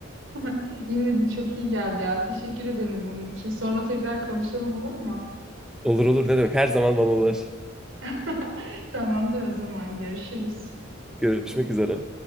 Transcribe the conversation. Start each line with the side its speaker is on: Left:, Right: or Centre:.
Right: <laughs> Yine de çok iyi geldi ya. Teşekkür ederim bunun için. Sonra tekrar konuşalım olur mu?
Centre: Olur olur ne demek her zaman bana ulaş.
Right: <laughs> Tamamdır o zaman görüşürüz.
Centre: Görüşmek üzere.